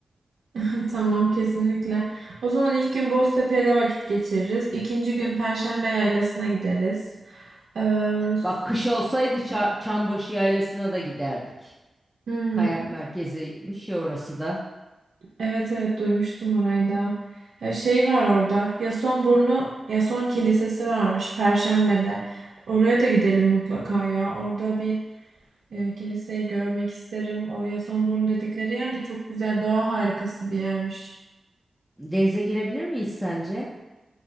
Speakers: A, on the right (about 70°); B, in the centre.
A: <laughs> Tamam kesinlikle. O zaman ilk gün Boztepe'de vakit geçiririz. İkinci gün Perşembe Yaylası'na gideriz. Ee, s-
B: Bak kış olsaydı Ça- Çambaşı Yaylası'na da giderdik.
A: hmm,
B: Kayak merkeziymiş ya orası da.
A: evet evet duymuştum orayı da. Ee, şey var orada. Yasonburnu Yason Kilisesi varmış Perşembe'de. Oraya da gidelim mutlaka ya. Orada bir e, kiliseyi görmek isterim. O Yasonburnu dedikleri yer de çok güzel doğa harikası bir yermiş.
B: Denize girebilir miyiz sence?